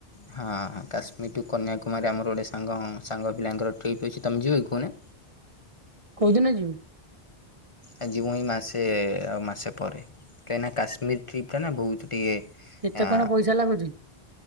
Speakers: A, on the left (about 35°); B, on the right (about 40°).
A: ହଁ କାଶ୍ମୀର ଟୁ କନ୍ୟାକୁମାରୀ ଆମର ଗୋଟେ ସାଙ୍ଗ ସାଙ୍ଗ ପିଲାଙ୍କର ଟ୍ରିପ୍ ଅଛି ତୁମେ ଯିବ କି କହୁନା।
B: କୋଉଦିନ ଯିବି?
A: ଆ ଜିିବୁ ଏଇ ମାସେ ଆଉ ମାସେ ପରେ କାହିଁକିନା କାଶ୍ମୀର ଟ୍ରିପ୍ଟ ଟା ନା ବହୁତ ଟିକେ
B: ଏତେ
A: ଆ।
B: କଣ ପଇସା ଲାଗୁଛି